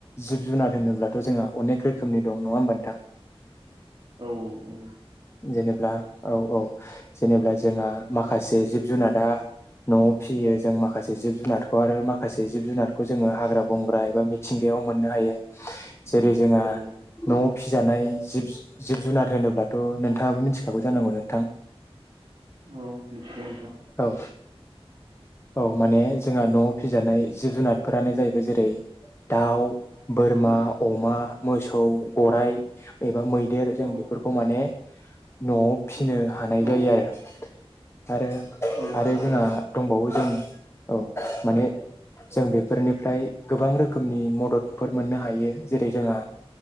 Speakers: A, on the left (about 25°); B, on the right (about 40°).
A: जिब जुनार होनोब्लाथ' जोंहा अनेक रोखोमनि दं नङा होमबा नोंथां।
B: औ औ औ।
A: जेनेबा औ औ जेनेब्ला जोंहा माखासे जिब जुनादा न'आव फिसियो जों माखासे जिब जुनारखौ आरो माखासे जिब जुनारखौ जोङो हाग्रा बंग्रा एबा मिथिंगायाव याव मोननो हायो। जेरै जोंङो
B: औ औ
A: न'आव फिजानाय जिब जिब जुनार होनोब्लाथ' नोंथाङाबो मिथिखागौ। जानांगौ नोंथां
B: औ मिथिगौ नोंथां
A: औ। औ माने जोंहा न'आव फिजानाय जिब जुनारफोरानो जाहैबाय जेरै दाउ, बोरमा,
B: उम
A: अमा, मोसौ गराइ
B: औ
A: एबा मैदेर जों
B: औ
A: बेफोरखौ माने। न'आव फिसिनो
B: उम
A: हानाय
B: औ
A: जायो आरो। आरो
B: औ
A: आरो
B: नोंथां
A: जोंहा दंबावो। औ औ माने जों बेफोरनिफ्राय गोबां गोबां रोखोमनि मददफोर मोननो हायो जेरै जोंहा